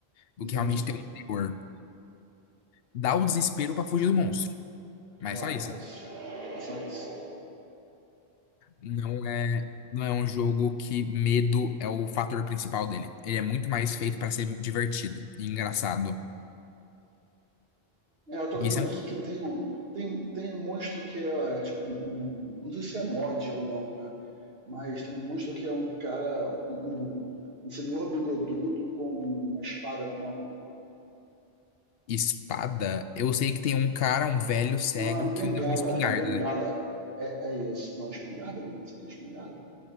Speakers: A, on the left; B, on the right.
A: Do
B: Entendi.
A: que realmente ter um terror. Dá o desespero pra fugir do monstro. Mas
B: Claro,
A: só isso.
B: mas é só isso.
A: Não é, não é um jogo que medo é o fator principal dele. Ele é muito mais feito pra ser divertido e engraçado.
B: É, eu tô vendo
A: Isso
B: aqui
A: é
B: que tem um, tem, tem um monstro que é, é tipo um. um, Não sei se é mod ou não, né? Mas tem um monstro que é um cara. um, um um senhor bigodudo com uma espada na mão
A: espada. Eu sei que tem um cara, um velho cego,
B: Não, é bengala,
A: que usa uma espingarda,
B: é a bengala.
A: né?
B: É, é isso. Não, espingarda não. Isso aqui é espingarda?